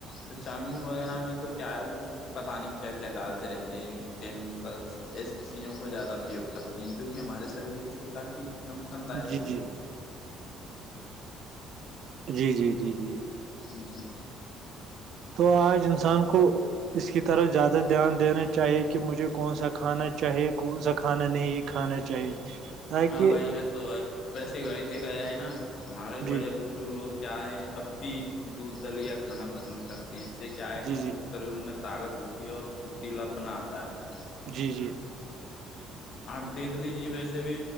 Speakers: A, on the left (about 55°); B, on the right (about 65°).
A: تو چاؤمین وغیرہ میں تو کیا ہے وہ پتا نہیں کیا کیا ڈالتے رہتے کیمیکلس ایسی چیزوں کو زیادہ اپیوگ کرتے ہیں جو کہ ہمارے شریر کے لیے کافی نقصان داک
B: جی
A: ہوتی
B: جی
A: ہے
B: جی جی جی جی جی
A: جاں جی
B: تو آج انسان کو اسك کی طرف زیادہ دھیان دینا چاہیے کہ مجھے کون سا کھانا چاہیے کون سا کھانا نہیں کھانا چاہی تاکہ
A: ہاں بھائی یہ تو ہے ویسے ہی بھائی دیکھا جائے نا ہمارے
B: جی
A: بڑے ب لوگ کیا ہے اب بھی دودھ دلیا کھانا پسند کرتے ہیں اس سے کیا ہے کہ
B: جی
A: ان
B: جی
A: شریر میں طاقت ہوتی ہے اور پتیلا اپن آتا ہے بھائی
B: جی جی
A: آپ دیکھ لیجے ویسے بھی